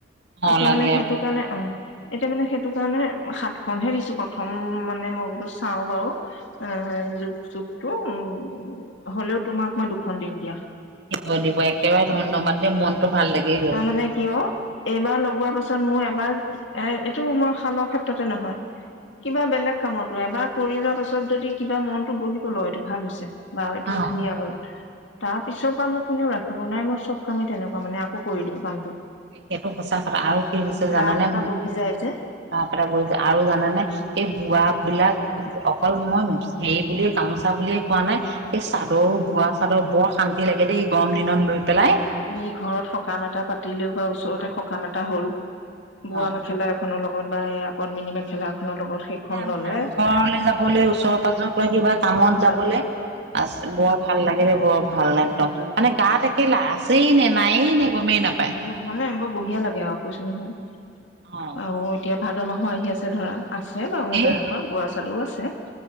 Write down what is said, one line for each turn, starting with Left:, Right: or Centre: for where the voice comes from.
Right: অ
Left: একে
Right: লাগে
Left: মানে সেইটো কাৰণে অ এতিয়া মানে সেইটো কাৰণে সাত খনহে দিছো প্ৰথম মানে মই বোলো চাও বাৰু অ জখ চখটো উ হলেও তোমাক মই দুখন দিন দিয়া
Right: দিব দিব একেবাৰে
Left: তাৰমানানে
Right: ধন্যবাদ দেই মনটো ভাল লাগি গ'ল।
Left: কিয় এইবাৰ লগোৱাৰ পাছত মোৰ এবাৰ এ এইটো মই খালৰ ক্ষেত্ৰতে নহয় কিবা বেলেগ কামতো এবাৰ কৰি যোৱা পাছত যদি কিবা মনতটো বহিব লয় এইটো ভাল হৈছে বা এইটোও
Right: অ
Left: ধুনীয়া হ'ল তাৰ পিছৰ পৰা মোক কোনেও ৰাখিব নাই মই চব কামেই তেনেকুৱা মানে আকৌ কৰি দিওঁ কামটো
Right: সেইটো সঁচা কথা আৰু কি হৈছে জানেনেে
Left: ৰাপ এটা
Right: ব
Left: বহি যায় যে
Right: পটা পৰিছে আৰু জানোনে এই বোৱা বিলাক অকল মই হেৰি বুলিয়ে গামোচা বুলিয়ে কোৱা নাই সেই চাদৰ বোৱা চাদৰ বৰান লাগে দেই গৰম দিনত লৈ পেলাই
Left: তুমি ঘৰত সকাম এটা পা কাতিলেও বা
Right: সকামতে
Left: ওচৰতে সকাম
Right: পাতিলে
Left: এটা
Right: অ
Left: হ'ল বোৱা
Right: অ
Left: মেখেলা এখনৰ লগত বা এই আ কদ্মিনী মেখেলা এখনৰ লগত সেইখন
Right: এতিয়া আমি
Left: ললে
Right: নামঘৰলৈ যাবলৈ ওচৰ পাজৰ পৰা কিবা কামত
Left: বৰ ভাল
Right: যাবলৈ আ বৰ ভাল লাগে দে বৰ ভাল একদম
Left: বৰ ভাল
Right: মানে গাত একেলা আছেই নে নায়েই নে গমেই নাপায়
Left: এব মানে বৰ বঢ়িয়া লাগে আৰু কৈছো নহয়
Right: অ
Left: আৰু এতিয়া ভাদ মাহো আহি আছে ধৰা আছে বাৰু মোৰ
Right: এই
Left: তেনেকুৱা বৰা চাদও আছে